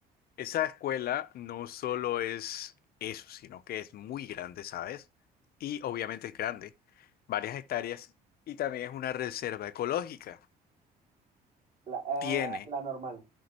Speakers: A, on the left; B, on the right.
A: esa escuela no solo es eso, sino que es muy grande, ¿sabes? Y obviamente es grande, varias hectáreas, y también es una reserva ecológica.
B: La, ah,
A: Tiene.
B: la normal.